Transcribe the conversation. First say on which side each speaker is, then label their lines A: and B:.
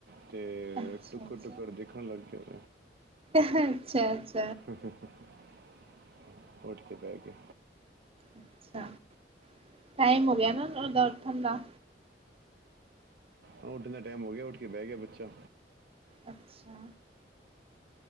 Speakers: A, on the right; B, on the right.
A: ਅਤੇ
B: ਅੱਛਾ
A: ਟੁੱਕਰ
B: ਅੱਛਾ
A: ਟੁੱਕਰ ਦੇਖਣ ਲੱਗ ਗਿਆ।
B: ਅੱਛਾ ਅੱਛ
A: ਹੂੰ ਹੂੰ ਹੂੰ। ਉੱਠ ਕੇ ਬੈ ਕੇ,
B: ਅੱਛਾ ਟਾਈਮ ਹੋ ਗਿਆ ਨਾ ਉਹਦਾ ਉੱਠਣ ਦਾ
A: ਆਹ ਉੱਠਣ ਦਾ ਟਾਈਮ ਹੋ ਗਿਆ ਉੱਠ ਕੇ ਬਹਿ ਗਿਆ ਬੱਚਾ।
B: ਅੱਛਾ।